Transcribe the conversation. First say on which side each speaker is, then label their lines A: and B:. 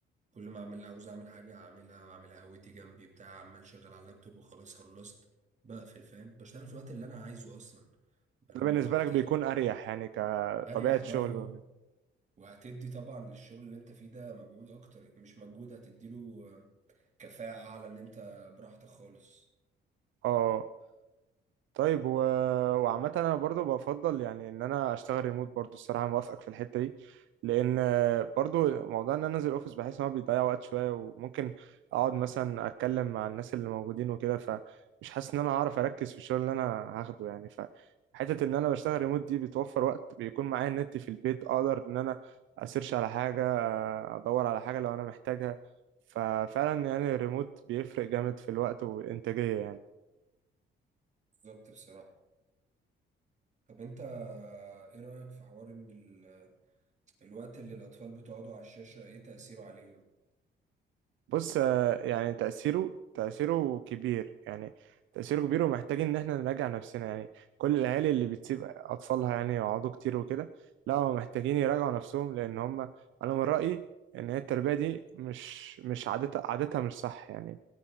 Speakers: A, on the right; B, on the right.
A: كل ما اعمل عاوز اعمل حاجه اعملها واعمل قهوتي جنبي بتاع عمال شغال على اللابتوب وخلاص خلصت بقفل فاهم بشتغل في الوقت اللي انا عايزه اصلا بنام
B: ده بالنسبة
A: براحتي
B: لك بيكون اريح يعني كطبيعة
A: اريح بقى
B: شغل وكده.
A: وهتدي طبعا للشغل اللي انت فيه ده مجهود اكتر مش مجهود هتديله آه، كفاءة اعلى ان انت براحتك خالص
B: اه طيب و... وعامة أنا برضو بفضل يعني إن أنا أشتغل ريموت برضو الصراحة موافقك في الحتة دي لأن برضو موضوع إن أنا أنزل أوفيس بحس إن هو بيضيع وقت شوية وممكن أقعد مثلا أتكلم مع الناس اللي موجودين وكده فمش حاسس إن أنا هعرف أركز في الشغل اللي أنا هاخده يعني فحتة إن أنا بشتغل ريموت دي بتوفر وقت بيكون معايا النت في البيت أقدر إن أنا أسيرش على حاجة أدور على حاجة لو أنا محتاجها ففعلا يعني الريموت بيفرق جامد في الوقت والإنتاجية يعني
A: بالظبط بصراحة طب انت آه، ايه رأيك في حوار ان ال- الوقت اللي الاطفال بتقعدوا على الشاشة ايه تأثيره عليهم
B: بص آه، يعني تأثيره تأثيره كبير يعني تأثيره كبير ومحتاج إن إحنا نراجع نفسنا يعني كل الأهالي اللي بتسيب أطفالها يعني يقعدوا كتير وكده لا هم محتاجين يراجعوا نفسهم لأن هم أنا من رأيي إن هي التربية دي مش مش عادتها عادتها مش صح يعني